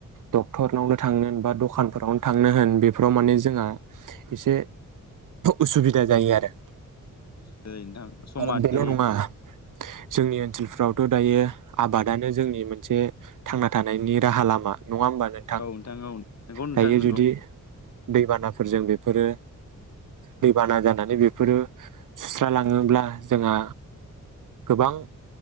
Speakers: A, on the right; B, on the left.
A: डक्टरनावनो थांनो होन बा दखानफोरावनो थांनो होन बे बेफोराव माने जोंहा
B: औ
A: एसे उसुबिदा जायो आरो
B: <unintelligible>
A: आरो बेल' नङा जोंनि ओनसोलफ्रावथ दायो आबादानो जोंनि मोनसे थांना थानायनि राहा लामा नङा होमबा नोंथां
B: औ औ नंगौ नोंथां
A: दायो
B: नंगौ
A: जुदि दै बाना फोरजों बेफोरो दैबाना जानानै बेफोरो सुस्रालाङोब्ला जोंहा गोबां